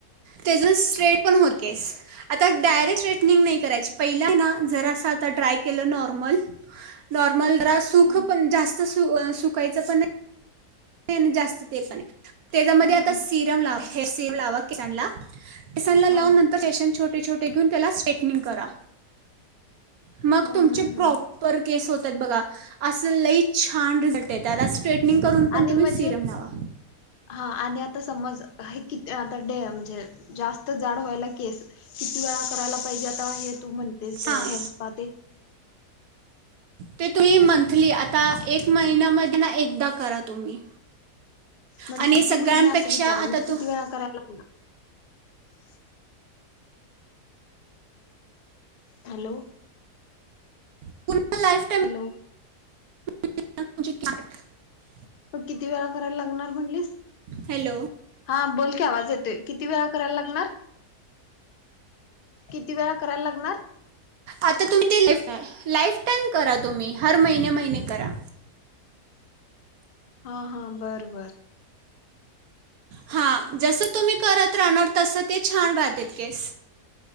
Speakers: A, on the right; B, on the left.
A: तेज न स्ट्रेट पण होत केस आता डायरेक्ट स्ट्रेटनिंग नाही करायची पहिल हाय न जरासा आता ड्राय केलं नॉर्मल नॉर्मल जरा सुख
B: हम्म
A: पण जास्त सु अअ सुकायचं पण नाय ते न जास्त ते पण ये तेच्यामध्ये
B: हम्म
A: आता
B: हम्म
A: सिरम लाव. हेअर सीम लावा केसानला केसांना लावून
B: हा
A: नंतर सेशन छोटे छोटे घेऊन त्याला स्टे निन करा. मग
B: हम्म
A: तुमचे
B: हम्म
A: प्रॉपर
B: हम्म
A: केस होत्यात बघा अस लई छान रिझल्ट येत्यात आस स्ट्रेनिंग करून पण
B: आणि
A: तुम्ही
B: म्हजे
A: सिरम लावा
B: हा आणि आता समज हे किती आता डे म्हणजे जास्त जाड व्हायला केस किती वेळा करायला पाहिजे आता हे तू म्हणतेस हेरस्पा
A: हां
B: ते
A: ते तुम्ही मंथली आता एक महिन्यामध्ये ना एकदा करा तुम्ही
B: म्हणजे
A: आणि
B: किती
A: सगळ्यांपेक्षा
B: महिने असं विचारलं
A: आता
B: म्हणजे किती
A: तू
B: वेळा करायला लागनार हॅलो
A: <inaudible> टाईम
B: हॅलो
A: <unintelligible>
B: म किती वेळा करायला लागणार म्हटलीस
A: हॅलो
B: हा बोल की आवाज येतोय किती वेळा करायला लागणार. किती वेळा करायला लागणार?
A: आता तुम्ही ते लाईफ लाईफ टाईम करा तुम्ही हर महिने महिने करा.
B: हा हा बरं बरं
A: हा जसं तुम्ही करत राहणार तसं ते छान राहतेत केस